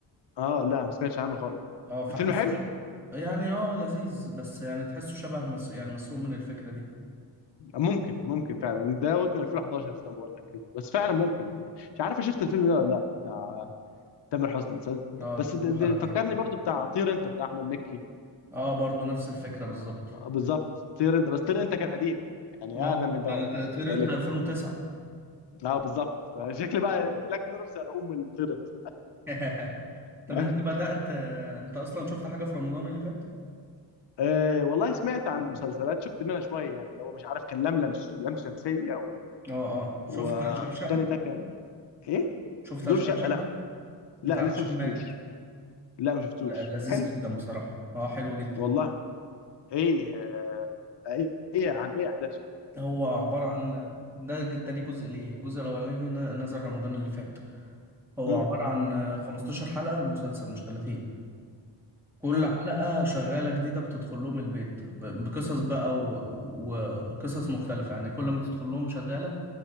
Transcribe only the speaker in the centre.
اه فحس
يعني اه لذيذ بس يعني تحسه شبه مس... يعني مسروق من الفكرة دي
اه
تصبح
على
خير
اه برضو نفس الفكرة بالظبط
اه
يعني ت-
طير
انت 2009
<laughs> طب
انت بدأت انت اصلا شفت حاجة في رمضان اللي فات؟
اه اه شفت
اشغال شقة؟
شفت
اشغال
شقة
بتاع
هشام
ماجد
لا، لذيذ
جدا بصراحة اه حلو جدا
هو عبارة عن ده ج- تاني جزء ليه الجزء الأولاني ن- نزل رمضان اللي فات هو
عبارة عن 15 حلقة المسلسل مش 30 كل
حلقة شغالة جديدة بتدخل لهم البيت ب- بقصص بقى و- وقصص مختلفة يعني كل ما تدخل لهم شغالة